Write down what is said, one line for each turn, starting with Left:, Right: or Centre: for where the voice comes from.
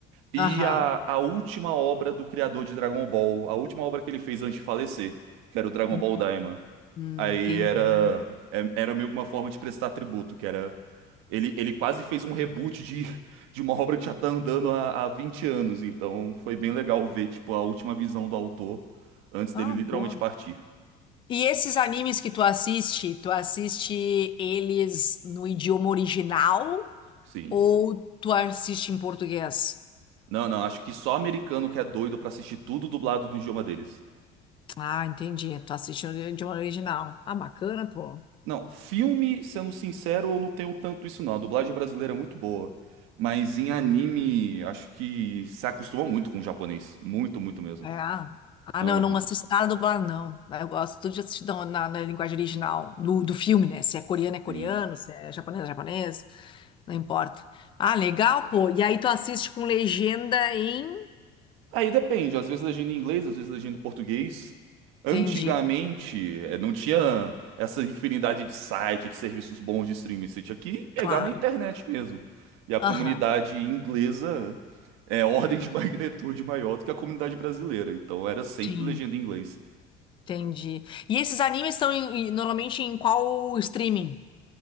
Right: E
Left: aham.
Right: a, a última obra do criador de Dragon Ball, a última obra que ele fez antes de falecer, que era o Dragon
Left: Hum,
Right: Ball Daima.
Left: hum,
Right: Aí
Left: entendi.
Right: era, é- era meio que uma forma de prestar tributo, que era. Ele, ele quase fez um reboot de, de uma obra que já tá andando há, há 20 anos, então foi bem legal ver, tipo, a última visão do autor antes
Left: Ah,
Right: dele literalmente
Left: boa.
Right: partir.
Left: E esses animes que tu assiste, tu assiste eles no idioma original
Right: Sim.
Left: ou tu assiste em português?
Right: Não, não, acho que só americano que é doido pra assistir tudo dublado do idioma deles.
Left: Ah, entendi. Tu assiste no idioma original. Ah, bacana, pô.
Right: Não, filme, sendo sincero, eu não tenho tanto isso não. A dublagem brasileira é muito boa. Mas em anime, acho que se acostuma muito com o japonês. Muito, muito mesmo.
Left: É. Ah,
Right: Aham,
Left: não, eu não assisto nada dublado, não. Eu gosto tudo de assistir na, na- na linguagem original do, do filme, né? Se é coreano, é coreano,
Right: sim.
Left: se é japonês, é japonês, não importa. Ah, legal, pô. E aí tu assiste com legenda em.
Right: Aí depende, às vezes legenda em inglês, às vezes legenda em português. Antigamente,
Left: Entendi,
Right: eh, não tinha essa infinidade de sites, de serviços bons de streaming. Você tinha que pegar
Left: claro.
Right: na internet mesmo. E a
Left: Aham,
Right: comunidade inglesa é ordens de magnitude maior do que a comunidade brasileira. Então era sempre
Left: sim,
Right: legenda em inglês.
Left: entendi. E esses animes estão em- em- normalmente em qual streaming?